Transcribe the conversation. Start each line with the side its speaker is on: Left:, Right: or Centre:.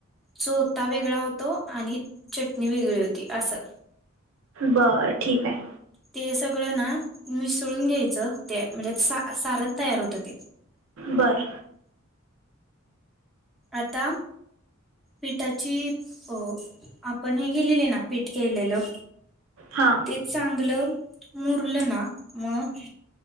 Centre: चोथा वेगळा होतो आणि चटणी वेगळी होती असं
Right: बर ठीक आहे
Centre: ते सगळं ना मिसळून घ्यायचं ते म्हणजे सा सारण तयार होत ते
Right: बर
Centre: आता पिठाची अ आपण हे केलेली आहे ना पीठ केलेलं
Right: हां
Centre: तेच चांगलं मुरलं ना मग